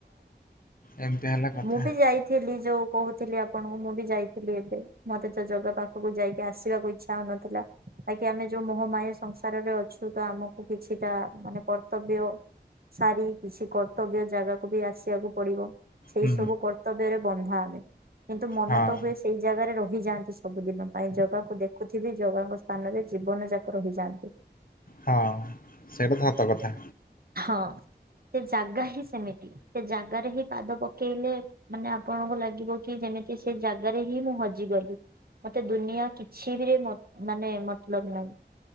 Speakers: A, on the left; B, on the right.
A: ଏମିତି ହେଲା କଥା
B: ମୁଁ ବି ଯାଇ ଥିଲି ଯୋଉ କହୁଥିଲି ଆପଣଙ୍କୁ ମୁଁ ବି ଯାଇଥିଲି ଏବେ ମତେ ଯୋଉ ଜାଗା ପାଖକୁ ଯାଇକି ଆସିବାକୁ ଇଚ୍ଛା ଚାହୁନଥିଲା। ବାକି ଆମେ ଯୋଉ ମୋହମାୟ ସଂସାରରେ ଅଛୁ ତ ଆମକୁ କିଛିଟା ମାନେ କର୍ତ୍ତବ୍ୟ ସାରି କିଛି କର୍ତ୍ତବ୍ୟ ଜାଗାକୁ ବି ଆସିବାକୁ ପଡ଼ିବ। ସେଇ
A: ହୁଁ
B: ସବୁ କର୍ତ୍ତବ୍ୟରେ ବନ୍ଧା ଆମେ କିନ୍ତୁ ମନ
A: ହଁ
B: ତ ହୁଏ ସେଇ ଜାଗାରେ ରହିଯାଆନ୍ତି। ସବୁ ଦିନ ପାଇଁ ଜଗାକୁ ଦେଖୁଥିବି ଜଗାଙ୍କ ସ୍ଥାନରେ ଜୀବନ ଯାକ ରହିଯାଆନ୍ତି।
A: ହଁ ସେଇଟା ତ ସତ କଥା।
B: ହଁ ସେ ଜାଗା ହିଁ ସେମିତି ସେ ଜାଗାରେ ହିଁ ପାଦ ପକେଇଲେ ମାନେ ଆପଣଙ୍କୁ ଲାଗିବ କି ଯେମିତି ସେ ଜାଗାରେ ହିଁ ମୁଁ ହଜିଗଲି। ମତେ ଦୁନିଆ କିଛି ବି ରେ ମ ମାନେ ମତଲଵ୍ ନାହିଁ।